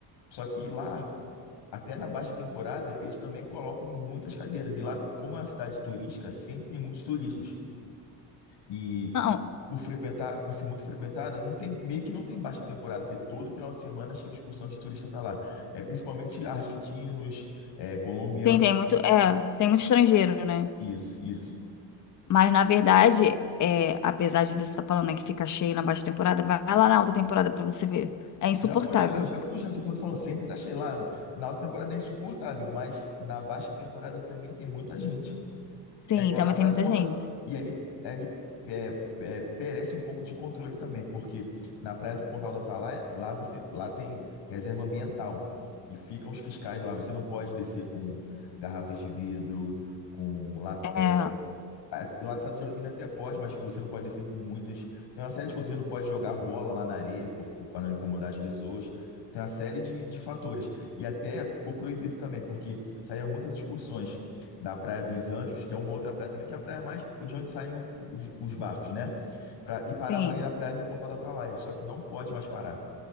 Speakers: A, on the left; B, on the left.
A: Só que lá, até na baixa temporada, eles também colocam muitas cadeiras. E lá, como é uma cidade turística, sempre tem muitos turistas. E
B: Não,
A: por frequentar, por ser muito frequentada, não tem, meio que não tem baixa temporada, porque todo final de semana chega excursão de turista para lá. É, principalmente argentinos, é, colombianos,
B: tem, tem muito, é, tem muito estrangeiro, né?
A: isso, isso.
B: Mas, na verdade, é, apesar de você estar falando, né, que fica cheio na baixa temporada, vai lá na alta temporada pra você ver. É insuportável.
A: Já fui, já, eu já fui, já. Só que eu tô falando, sempre tá cheio lá. Na alta temporada é insuportável, mas na baixa temporada também tem muita gente.
B: Sim,
A: É igual
B: também
A: na Praia
B: tem muita
A: do Ponta.
B: gente.
A: E ali, ali é, é, perece um pouco de controle também, porque na Praia do Pontal da Atalaia, lá você, lá tem reserva ambiental e ficam os fiscais lá. Você não pode descer com garrafas de vidro, com la-
B: É,
A: a- Latada de alumínio até pode, mas você não pode descer com muitas. Tem uma série de coisas, você não pode jogar bola lá na areia porque, para não incomodar as pessoas. Tem uma série de, de fatores. E até ficou proibido também, porque saíram muitas excursões da Praia dos Anjos, que é uma outra praia também, que é a praia mais de onde saem o- os, os barcos, né? Pra- e paravam
B: sim.
A: ali na Praia do Pontal do Atalaia. Só que não pode mais parar,